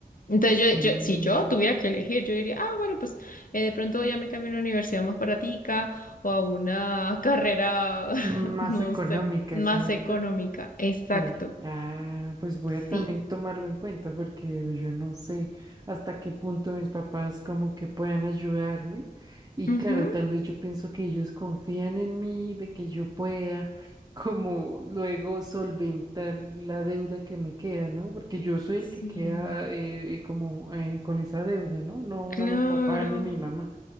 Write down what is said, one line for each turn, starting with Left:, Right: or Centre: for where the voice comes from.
Left: Entonces yo,
Right: Mm,
Left: yo- si yo tuviera que elegir, yo diría, ah, bueno, pues eh, de pronto ya me cambio a una universidad más baratica o a una carrera,
Right: más
Left: <laughs> no
Right: económica,
Left: sé, más
Right: ¿cierto?
Left: económica. Exacto.
Right: Sí, ah, pues voy
Left: Sí.
Right: a también tomarlo en cuenta porque yo no sé hasta qué punto mis papás como que puedan ayudarme. Y
Left: Ujú.
Right: claro, tal vez yo pienso que ellos confían en mí, de que yo pueda <laughs> como luego solventar la deuda que me queda, ¿no? Porque yo soy el
Left: Sí.
Right: que queda eh, eh, como eh, con esa deuda, ¿no? No,
Left: Claro.
Right: no mi papá ni mi mamá.